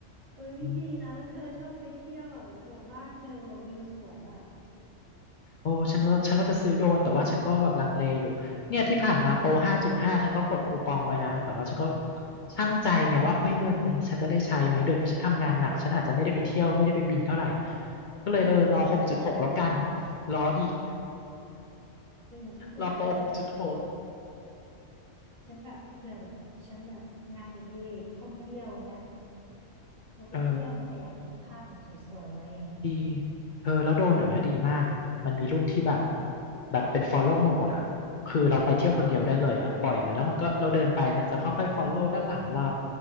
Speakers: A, on the right (about 90°); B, on the left (about 60°).
A: เอ้ยดีนะแล้วเธอชอบไปเที่ยวอ่ะแล้วแบบบ้านเธอแบบวิวสวยอ่ะ
B: อืมโอ้ฉันว่าฉันว่าจะซื้อโดรนแต่ว่าฉันก็แบบลังเลอยู่เนี่ยที่ผ่านมาโปรห้าจุดห้าฉันก็กดคูปองไว้นะแต่ว่าฉันก็ชั่งใจไงว่าเอ้ยเดือนนี้ฉันจะได้ใช้ไหมเดือนนี้ฉันทำงานหนักฉันอาจจะไม่ได้ไปเที่ยวไม่ได้ไปบินเท่าไหร่ก็เลยเออรอหกจุดหกแล้วกันรออีก
A: เออฉันก็คิดแบบนั้น
B: รอโปรหกจุดหก
A: ฉันแบบเผื่อแบบฉันแบบงานอดิเรกท่องเที่ยวอย่างเงี้ยเราไปเที่ยวไงแต่อยากเก็บภาพแบบสวยๆไว้อย่างเงี้ย
B: เออ ดี เธอแล้วโดนเดี๋ยวนี้ดีมาก มันมีรุ่นที่แบบแบบเป็น follow mode อะคือเราไปเที่ยวคนเดียวได้เลยอะปล่อยมันแล้วมันก็เราเดินไปมันจะค่อยๆ follow ด้านหลังเรา